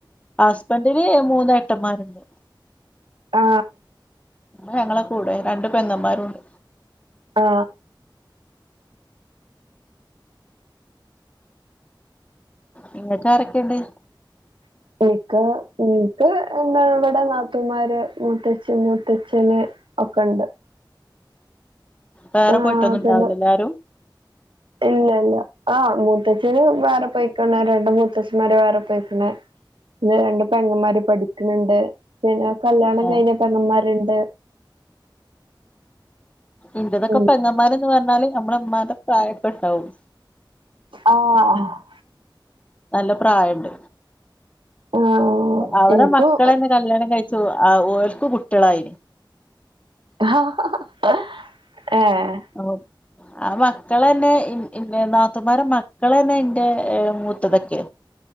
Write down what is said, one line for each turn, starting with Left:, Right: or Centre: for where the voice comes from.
Left: ഹസ്ബൻഡിന് മൂന്നേട്ടന്മാരുണ്ട്
Right: ആ
Left: ഞങ്ങളെ കൂടെ രണ്ട് പെങ്ങന്മാരുംണ്ട്
Right: ഹ
Left: നിങ്ങക്കാരൊക്കെയണ്ട്
Right: ഉ <inaudible> എനിക്ക് നിക്ക് എന്താ ഇവിടെ നാട്ടമാര് മൂത്തച്ചി മൂത്തച്ഛന് ഒക്കെ ഉണ്ട്
Left: വേറെ
Right: ആ
Left: പോയിട്ടന്നും ഉണ്ടാവില്ലാലെ
Right: പിന്നെ
Left: ആരും
Right: ഇല്ല ഇല്ല ആ മൂത്തച്ഛന് വേറെ പൊയിക്കണ രണ്ട മൂത്തച്ഛന്മാരെ വേറെ പൊയിക്കണ പിന്നെ രണ്ട് പെങ്ങന്മാര് പഠിക്കണണ്ട് പിന്നെ കല്യാണം
Left: ആഹ്
Right: കഴിഞ്ഞ പെങ്ങന്മാരുണ്ട്
Left: ഇന്റതൊക്കെ
Right: ഉം
Left: പെങ്ങമാരന്ന് പറഞ്ഞാല് നമ്മളമാന്റെ പ്രായകണ്ടാവും
Right: ആഹ
Left: നല്ല പ്രായുണ്ട്
Right: ആഹ്
Left: അവരെ
Right: എനിക്കും
Left: മക്കളെ തന്നെ കല്യാണം കഴ ഓൽക്ക് കുട്ടികളായി
Right: ഹഹഹഏ
Left: ആഓ ആ മക്കളന്നെ നാത്തൂ മാര മക്ക ളെന്നെ എന്റെ മൂത്തതൊക്കെ